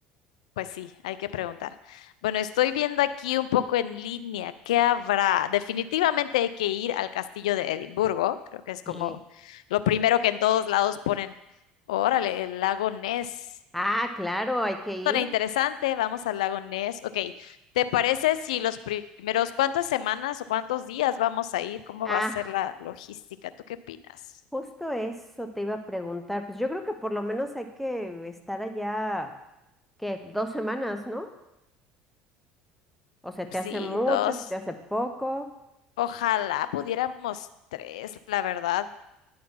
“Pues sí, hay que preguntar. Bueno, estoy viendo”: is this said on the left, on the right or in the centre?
Left